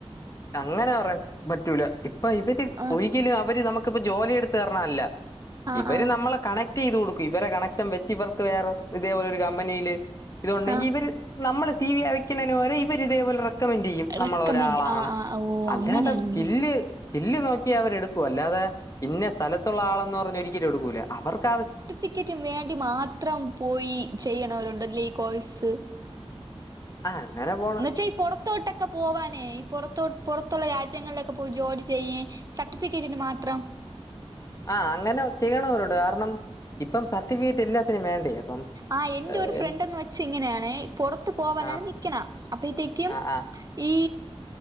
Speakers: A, on the left; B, on the right.
A: അങ്ങനെ പറയാൻ പറ്റൂല ഇപ്പൊ ഇവര്
B: ആഹ്
A: ഒരിക്കലും അവര് നമുക്ക് ഇപ്പ ജോലി എടുത്ത് തരണല്ല
B: ആഹ്
A: ഇവര്
B: ആഹ്
A: നമ്മള കണക്ട് ചെയ്ത് കൊടുക്കും ഇവരെടെ കണക്ഷൻ വെച്ച് ഇവർക്ക് വേറെ ഇതേപോലെ ഒരു കമ്പനിയില് ഇത് ഉണ്ടെങ്കിൽ
B: ആഹ്
A: ഇവര് നമ്മള് സി വി അയക്കുന്നതിന് പകരം ഇവര് ഇതേ പോലെ റെ ക്കമെന്റ് ചെയ്യും നമ്മള
B: റെക്കമെന്റ്
A: ഒരാളാണ്
B: ആഹ് ആഹ് ഓഹ്
A: അല്ലാതെ
B: അങ്ങനെയാണല്ലേ
A: സ്കില്ല് സ്കില് നോക്കി അവരെ എടുക്കൂ അല്ലാതെ ഇന്ന സ്ഥലത്തുള്ള ആളെന്ന് പറഞ് ഒരിക്കലും എടുക്കൂല അവർക്ക് ആവശ്യ
B: ടിക്കറ്റും വേണ്ടി മാത്രം പോയി ചെയ്യണവരുണ്ടല്ലേ ഈ കോഴസ്
A: ആഹ് അങ്ങനെ പോ
B: എന്നവച്ചാ ഈ പുറത്തോട്ടൊക്കെ പോവാനേ ഈ പുറത്തോട്ട് പുറത്തുള്ള രാജ്യങ്ങളിലൊക്കെ പോയി ജോലി ചെയ്യ സർട്ടിഫിക്കറ്റിന് മാത്രം
A: ആഹ് അങ്ങനെ ചെയ്യണവരുണ്ട് കാരണം ഇപ്പം സർട്ടിഫിക്കറ്റ് എല്ലാത്തിനും വേണ്ടേ അപ്പം
B: ആഹ് എൻന്റെറെ
A: ഏഹ്
B: ഒരു ഫ്രണ്ട്ന്ന്
A: എന്ത്-
B: വെച്ച് ഇങ്ങനെയാണ് പുറത്ത് പോവാനാണ്
A: ആ
B: നിക്കണ അപ്പത്തേക്കും
A: ആ ആ
B: ഈ